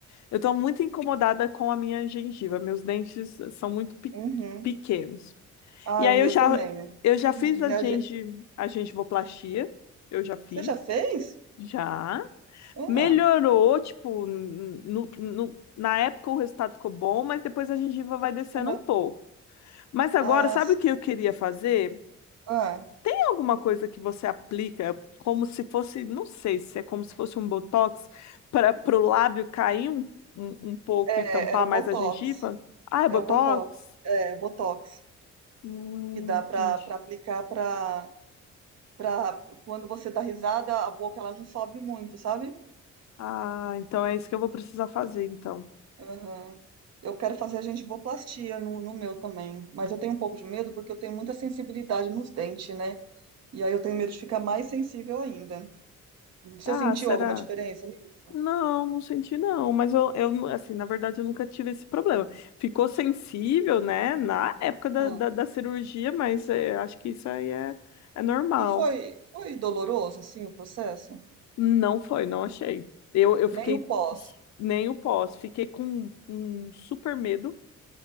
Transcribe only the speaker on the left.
Eu estou muito incomodada com a minha gengiva. Meus dentes eh, são muito pe-
pequenos.
E aí
eu já,
eu já
fiz a
gengi,
a gengivoplastia. Eu já fiz.
Já.
Melhorou, tipo, no, no- na época o resultado ficou bom, mas depois a gengiva vai descendo
um pouco. Mas agora,
sabe
o que eu queria fazer?
Tem alguma coisa que você aplica como se fosse, não sei se é como se fosse um botox para o lábio cair um, um, um pouco
e tampar
mais
a gengiva? Ah, é botox?
Hum,
entendi.
Ah, então é isso que eu vou precisar fazer, então.
Ah,
será?
Não, não senti não, mas eu, eu nu- assim, na verdade eu nunca tive esse problema. Ficou sensível, né, na época da,
da, da cirurgia, mas eh, acho que isso aí é, é normal.
Não foi, não achei. Eu, eu fiquei
nem o pós, fiquei com um super medo,